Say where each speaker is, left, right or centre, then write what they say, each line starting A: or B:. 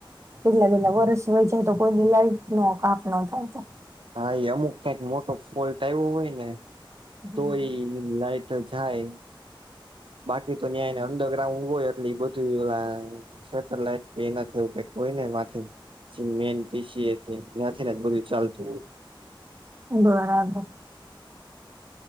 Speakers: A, on the right (about 35°); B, on the right (about 75°).
A: કેટલા કેટલા વર્ષ હોય જાય તો કોઈ લાઈટ નો કાપ ન થાય
B: હા એ અમુક કંઈક મોટો ફોલ્ટ આવ્યો હોય ને
A: હમ્મ.
B: તો ઈ લાઈટ જાય બાકી તો ન્યાયને અંદો ઊઘ હોય એટલી બધું એ સેટેલાઈટ એના થવું હોય ને માથે મેન પીસી એ ત્યાંથી ને બધું ચાલતું હોય
A: બરાબર